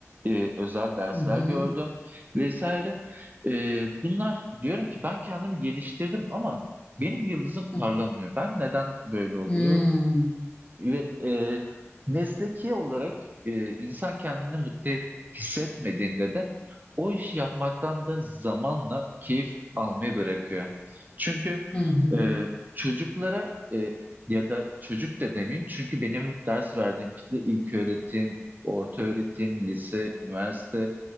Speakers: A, on the right (about 35°); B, on the left (about 25°).
A: e, özel dersler
B: Hı hı.
A: gördüm vesaire. E, bunlar diyorum ki ben kendimi geliştirdim ama benim yıldızım parlamıyor.
B: Hı
A: Ben neden böyle oluyor?
B: hı.
A: Ve e, mesleki olarak e, insan kendini mutlu et- hissetmediğinde de o işi yapmaktan da zamanla keyif almayı bırakıyor. Çünkü
B: Hı hı.
A: e, çocuklara e, ya da çocuk da demeyeyim çünkü benim ders verdiğim kitle ilk öğretim, orta öğretim, lise, üniversite